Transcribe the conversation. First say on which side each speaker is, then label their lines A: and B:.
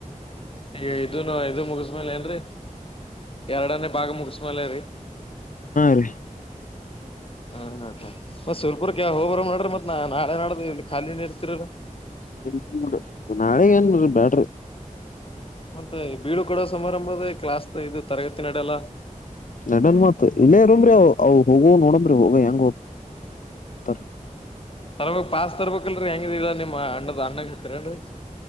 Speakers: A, on the left; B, on the left.
A: ಹ ಇದನು ಇ ಮುಗಿಸ್ಮೇಲೆ ಏನ್ರೀ ಎರಡನೇ ಭಾಗ ಮುಗಿಸ್ಮೇಲ ರೀ
B: ಹ
A: ಹ್ಮ ಹಾ ಹಾ ಮತ್ ಸ್ವಲ್ಪೂರ್ ಕ ಹೋಗಬರ ನಡ್ರಿ ಮತ್ ನ ನಾಳೆ ನೋಡ್ದ ಇ ಖಾಲಿ ನೀ ಇರ್ತಿರ
B: ಇ ನಾಳೆ ಏನ್ರಿ ಬ್ಯಾಡ್ರಿ
A: ಮತ್ತೆ ಬೀಳು ಕಡೋ ಸಮಾರಂಭದ ಕ್ಲಾಸ್ ಇದು ತರಗತಿ ನಡಡೆಲ್ಲ
B: ನಡನ್ ಮಾತು ಇಲ್ಲೇ ಮ್ರೀವು ಹೋಗುವ ನೋಡಂಬ್ರಿ ಹೋಗ ಹೆಂಗ ಹೋದ
A: ತರ್ಬೇಕೇಕ್ ಪಾಸ್ ತರ್ಬೇಕಕ್ಲ್ರರಿ ಹೆಂಗ ನಿಮ್ಮ್ ಅಣ್ಣದ ಅಣ್ಣಗ್ ಹತ್ತರಿನ್ರರಿ